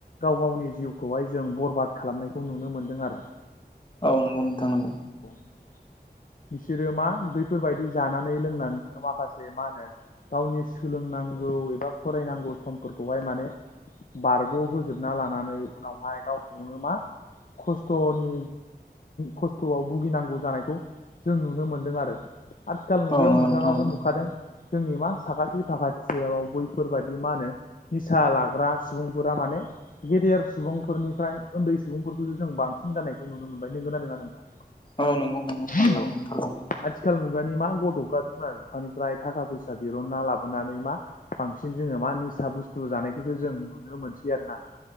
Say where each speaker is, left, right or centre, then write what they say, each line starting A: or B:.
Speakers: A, on the left; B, on the left.
A: गाव गावनि जिउखौहाय जों बरबाद खालामनायखौ नुनो मोन्दों आरो
B: औ नोंगौ नोंथां नोंगौ
A: <inaudible> बिसोरो मा बैफोरबायादि जानानै लोंनानैनो माखासे मा होनो गावनि सोलोंनांगौ एबा फरायनांगौ समफोरखौहाय माने बारग' होजोबना लानानै उनावहाय गावखौनो मा खस्थ'नि खस्थ'आव भुगिनांगौ जानायखौ जों नुनो मोनदों आरो आथिखाल मुगायाव
B: औ नंगौ
A: नोंथाङाबो
B: नोंथां नंगौ
A: नुखादों जोंनि मा साखाथि साखाथियाव बैफोरबायाददि मा होनो निसा लाग्रा सुबुंफोरा माने गेदेर सुबुं सुबुंफोरनिफ्राय उन्दै सुबुंफोरखौसो जों बांसिन जानायखौ नुनो मोनबाय नंगौना नङा नोंथां?
B: औ नंगौ नंगौ नोंथां
A: औ
B: नंथारगौ
A: आथिखाल मुगानि मा गथ'फ्रा बिमा बि बिफानिफ्राय थाखा फैसा बिहना ला लाबोनानै मा बांसिन जोङो मा निसा बुस्थु जानायखौसो जों नुनो मोनसै आरो ना